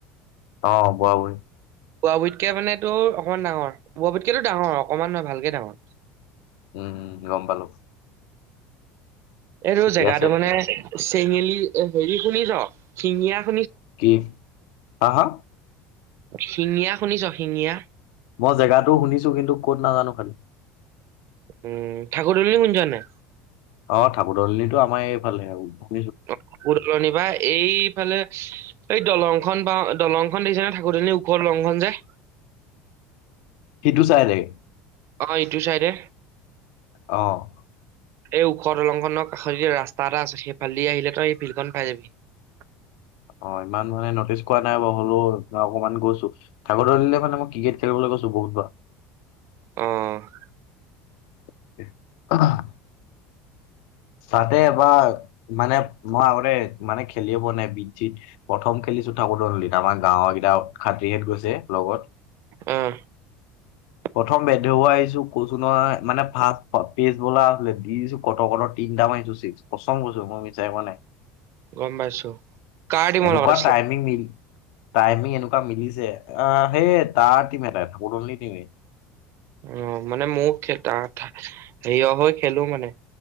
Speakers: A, on the left; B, on the right.
A: অ' বোৱা বহি।
B: বোৱা-বুতকে মান তো অকণমান ডাঙৰ। বোৱা- পুতকটো ডাঙৰ। অকণমান নহয়, ভালকে ডাঙৰ
A: উম' গম পালো।
B: এইটো
A: ঠিকে
B: জেগাতটো
A: আছে তেতিয়া
B: মানে, চেঙেলি- এ হেৰি শুনি য? শিঙিয়ীয়া-
A: কি ক-হা?
B: শিঙিয়ীয়া শুনিছ, শিঙিয়ীয়া।
A: মই জেগাটো শুনিছো, কিন্তু কত নাজানো খালি।
B: উম'' ঠাকুৰ বুলিল ক যোৱা নাই?
A: অ' থাবো দললিো আমাৰ এইফালে আৰু।
B: অ' পুৰণ বা এইফালে- এই দলংখন বা দলংখন দেছে ন? থাকোতেনে ওপৰৰ দলংখন যে-
A: সেইটো চাই লাগে।
B: অ' ইটো চাইডে।
A: অ''
B: এই ওখ দলংখনৰ কাষতে ৰাস্ত এটা আছে, সেইফালদি আহিলে তই এই ভিলখন পাই যাবি। <unintelligible>
A: অ' ইমান মানে নটিচ কৰা নাই বাৰ, হলেও ম অকমান গৈছো াকৰলিলে মানে, মই ক্ৰিকেট খেলিবলৈ- ছো বুত বা।
B: আহ''
A: অ'' ততেবাৰ মানে, মই আগৰে মানে খেলিবিব নাই বিজিত প্ৰথম খেলি- কিছু থাকোতেো নলী ত আমাৰ গাঁৱৰ কেইটা খাতীহত গৈছে লগত।
B: অ <unintelligible>
A: প্ৰথম বেধব আহিছো কচুনৰ মানে, ফাৰ্ষ পেজ বলা আ দি দিছো কট-কট- তিনিটা মাইছো চিক পচন্দ কৰিৈছো, মই আমি চাই পোৱা নাই।
B: গম পাইছো কাৰ টিমৰ
A: এনেকুৱা
B: লগত আছিলে?
A: টাইমিং মিল টাইমিং এনেকুৱা মিলিছে আহ' সেই তাৰ টিম এটাই থলি টিম
B: অ' মানে মোৰ ত হেয় হৈ খেলো মানে।